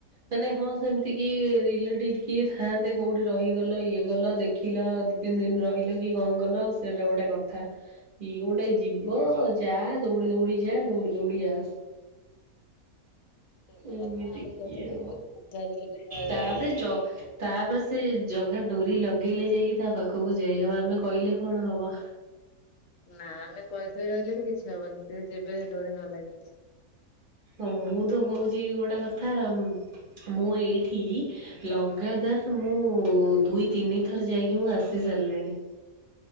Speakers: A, on the right; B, on the left.
A: ମାନେ ହଁ ସେମିତି କି ରିଲେଟିଭ କିଏ ଥାଆନ୍ତେ କୋଉଠି ରହିଗଲ ଇଏ ଗଲ ଦେ ଦେଖିଲ ଦି ତିନି ଦିନ ରହିଲ କି କଣ କଲ ସେଇଟା ଗୋଟେ କଥା। କିଏ ଗୋଟେ ଯିବ ଯା ଦୌଡ଼ି ଦୌଡି ଯା ଦୌଡି ଦୌଡି ଆସ।
B: ସେଇ ତ
A: ଏମିତି
B: କଥା ଆଉ
A: କି
B: କେମିତି
A: ଆଉ
B: ରିଲେଟିଭ ଘରେ
A: ତାପରେ
B: ରହିଲେ।
A: ଯ ତାପରେ ସେ ଜଗା ଡୋରି ଲଗେଇଲେ ଯାଇକି ତା ପାଖକୁ ଯାଇହବ ଆମେ କହିଲେ କଣ ହବ।
B: ନା ଆମେ କହି କହି ରହିଲେ ବି କିଛି ହବନି ସେ ଯେବେ ଡୋରି ନ ଲାଗିଛି।
A: ତ ମୁଁ ତ କହୁଛି ଗୋଟେ କଥା ମୁଁ ଏଇଠି ଲଗାତାର ମୁଁ ଦୁଇ ତିନି ଥର ଯାଇକି ମୁଁ ଆସି ସାରିଲିଣି।